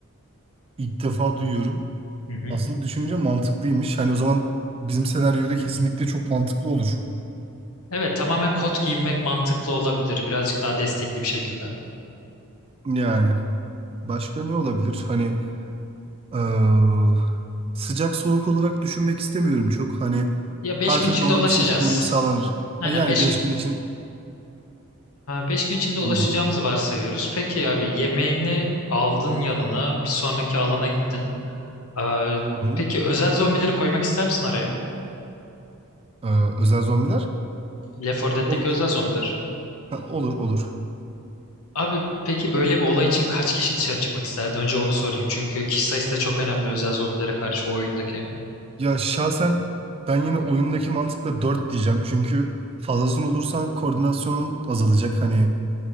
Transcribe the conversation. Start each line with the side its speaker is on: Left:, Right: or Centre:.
Right: İlk defa duyuyorum.
Left: Hı hı.
Right: Aslında düşününce mantıklıymış. Hani o zaman bizim senaryoda kesinlikle çok mantıklı olur.
Left: Evet, tamamen kot giyinmek mantıklı olabilir. Birazcık daha destekli bir şekilde.
Right: Yani. Başka ne olabilir? Hani eee, sıcak soğuk olarak düşünmek istemiyorum çok. Hani
Left: Ya
Right: her
Left: 5 gün
Right: türlü
Left: içinde
Right: ona
Left: ulaşacağız.
Right: bir şekilde uyum sağlanır. Ha
Left: Aynen
Right: yani
Left: beş
Right: 5 gün için.
Left: beş gün içinde ulaşacağımızı
Right: Hmm.
Left: varsayıyoruz. Peki abi yemeğini aldın yanına bir sonraki alana gittin. Aa,
Right: Hı hı.
Left: peki özel zombileri koymak ister misin araya?
Right: Eee, özel zombiler?
Left: Left 4 Dead'deki
Right: Olur.
Left: özel zombiler.
Right: Ha, olur olur.
Left: Abi peki böyle bir olay için kaç kişi dışarı çıkmak isterdi? Önce onu sorayım çünkü kişi sayısı da çok önemli özel zombilere karşı o oyundaki.
Right: Ya şahsen ben yine oyundaki mantıkla 4 diyeceğim. Çünkü fazlasını olursan koordinasyonun azalacak. Hani